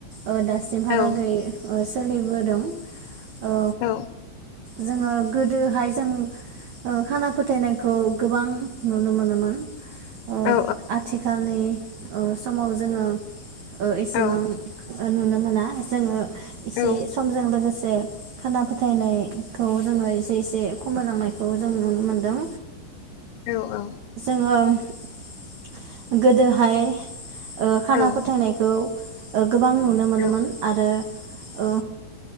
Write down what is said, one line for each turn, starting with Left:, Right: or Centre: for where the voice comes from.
Right: ओ दासिमहालागै
Left: औ
Right: ओ सोलिबोदों ओ
Left: औ
Right: जोङो गोदोहाय जों ओ खाना फोथायनायखौ गोबां नुनो मोनोमोन ओ
Left: औ
Right: आथिखालनि ओ समाव जोङो ओ एसेबां
Left: औ
Right: नुनो मोना जोङो इसे
Left: औ
Right: समजों लोगोसे खाना फोथायनायखौ जोङो एसे एसे खमायलांनायखौ जों नुनो मोनदों
Left: औ औ
Right: आ गोदोहाय ओ खाना
Left: औ
Right: फोथायनायखौ गोबां नुनो मोनोमोन
Left: औ
Right: आरो ओ